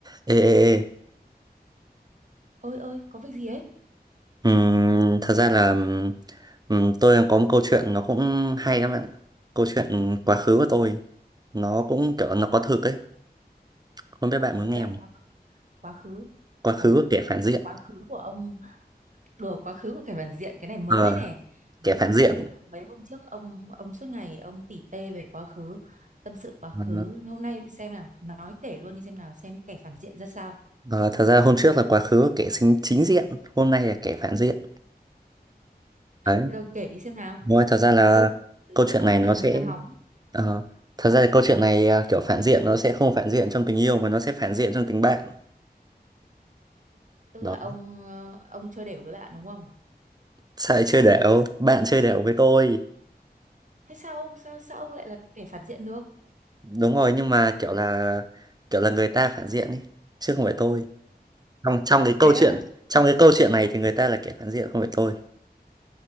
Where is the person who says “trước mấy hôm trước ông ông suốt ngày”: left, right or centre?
Right